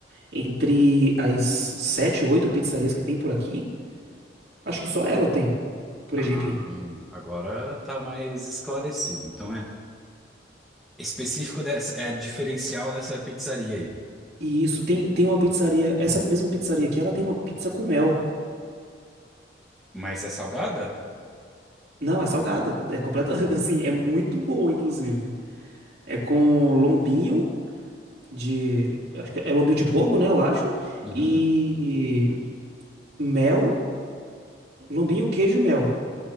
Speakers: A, on the right; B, in the centre.
A: entre as sete ou oito pizzarias que tem por aqui, acho que só ela tem purê
B: Ah,
A: de aipim.
B: hum, agora tá mais esclarecido. Então é específico dessa, é diferencial dessa pizzaria aí.
A: E isso, tem, tem uma pizzaria. Essa mesma pizzaria aqui, ela tem uma pizza com mel.
B: Mas é salgada?
A: Não, é salgada. É completa. <laughs> Assim, é muito boa, inclusive. É com lombinho. de, acho que é lombinho de porco, né, eu acho,
B: Uhum.
A: e mel, lombinho, queijo, mel.